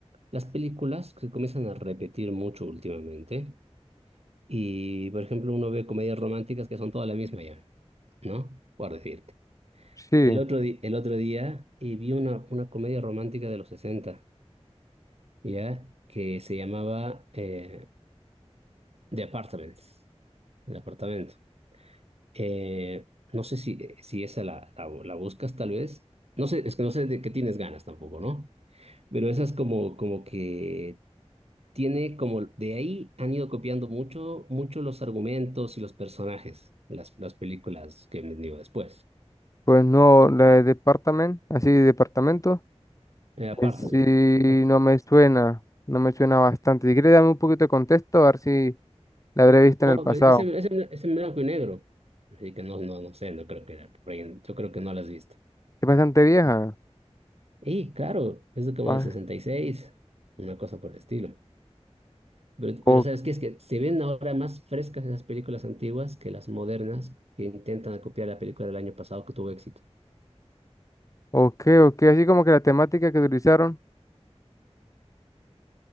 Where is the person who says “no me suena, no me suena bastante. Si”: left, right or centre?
Left